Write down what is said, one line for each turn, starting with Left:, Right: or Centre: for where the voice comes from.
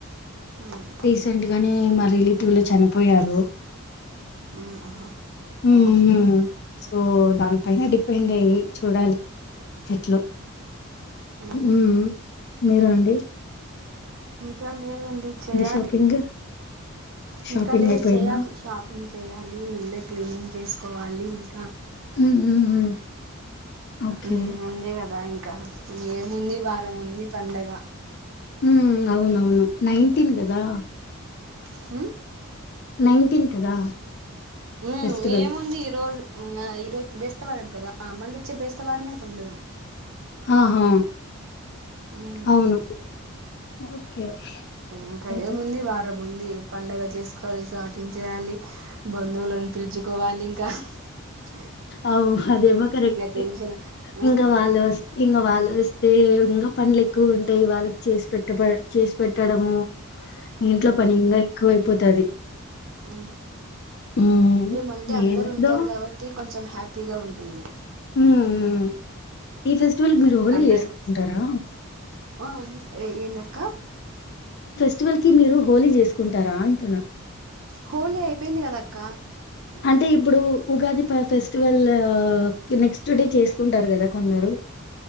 Right: ఉమ్
Left: రీసెంట్ గానే మా రిలేటివ్ లో చనిపోయారు.
Right: ఉమ్మ్
Left: మ్మ్
Right: ఓకే
Left: సో దానిపైన డిపెండ్ అయ్యి చూడాలి ఎట్లు
Right: ఉమ్
Left: ఉమ్మ్ మీరండి
Right: చల్ లేదండి చెయాలి
Left: షాపింగ్ షాపింగ్
Right: ఇంకా లేదు
Left: అయిపోయిందా
Right: చెయ్యాలి షాప్ న్ చెయాలి ఇల్లు క్లీనింగ్ చేసుకోవాలి ఇంకా
Left: హ్మ్. హ్మ్. హ్మ్. ఓకే.
Right: ఉమ్మ్ అంతే కదా ఇంకా ఇంగేముంది వారం ఉంది పండగ
Left: ఉమ్మ్ అవునవును నైన్ంటీన్ గదా
Right: హ్మ్
Left: నైన్టీన్ కదా
Right: ఉమ్మ్
Left: ఫెస్టివల్.
Right: ఏముంది ఈరోజు ఇగ ఈరోజు బేస్తవారం కదా మళ్ళీ వచ్చె బెస్తవారమే పండుగ
Left: ఆహా
Right: హ్మ్
Left: అవును ఓకే.
Right: ఇంకా
Left: అయితే
Right: ఏముంది వారం ఉంది పండగ చేసుకోవాలి షాపింగ్ చేయాలి బంధువులను పిలుచుకోవాలి ఇంకా అ
Left: అవు అదేమో కరెక్టే
Right: టెన్షన్ ఆ
Left: ఇంకా వాళ్ళ వస్తే ఇంకా వాళ్ళు వస్తే అదే ఇంకా పనులు ఎక్కువ ఉంటాయి వాళ్ళకి చేసి పెట్ట చేసి పెట్టడము ఇంట్లో పని ఇంగ ఎక్కువైపోతది
Right: ఆ
Left: హ్మ్.
Right: ఏమంటే
Left: మేమేదో
Right: అందరు ఉంటారు కాబట్టి కొంచం కొంచెం హ్యాపీగా ఉంటుంది
Left: ఉమ్ ఈ ఫెస్టివల్ కి మీరు హోలీ
Right: అందరు
Left: చేసుకుంటారా
Right: ఆ ఎ ఎందక్క
Left: ఫెస్టివల్ కి మీరు హోలీ చేసుకుంటారా అంటున్నా
Right: హోలి అయిపోయింది కద అక్క
Left: అంటే ఇప్పుడు ఉగాది ఫెస్టివల్ నెక్స్ట్ డే చేసుకుంటారు కదా కొందరు